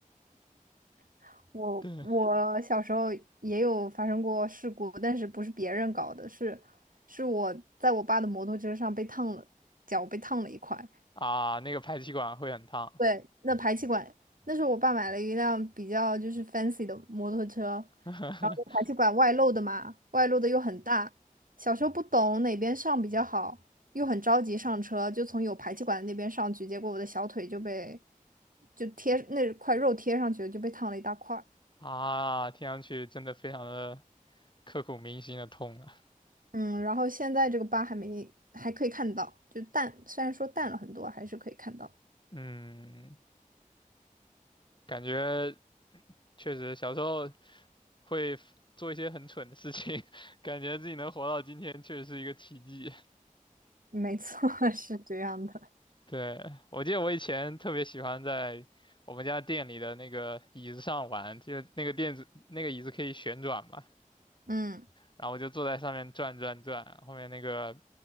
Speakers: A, on the right (about 75°); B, on the left (about 35°).
A: <laughs> 我我小时候也有发生过事故，
B: 对
A: 但是不是别人搞的，是是我在我爸的摩托车上被烫了，脚被烫了一块。
B: 啊，那个排气管会很烫
A: 对，那排气管，那时候我爸买了一辆比较就是 fancy 的摩托车，
B: <laughs>
A: 然后排气管外露的嘛，外露的又很大，小时候不懂哪边上比较好，又很着急上车，就从有排气管的那边上去，结果我的小腿就被就贴那块肉贴上去了，就被烫了一大块儿。
B: 啊，听上去真的非常的刻骨铭心的痛啊。
A: 嗯，然后现在这个疤还没还可以看到，就淡，虽然说淡了很多，还是可以看到。
B: 嗯，感觉确实小时候会做一些很蠢的事情，<laughs> 感觉自己能活到今天确实是一个奇迹。
A: 没错，<laughs> 是这样的。
B: 对，我记得我以前特别喜欢在我们家店里的那个椅子上玩，就是那个垫子，那个椅子可以旋转嘛，
A: 嗯，
B: 然后我就坐在上面转转转，后面那个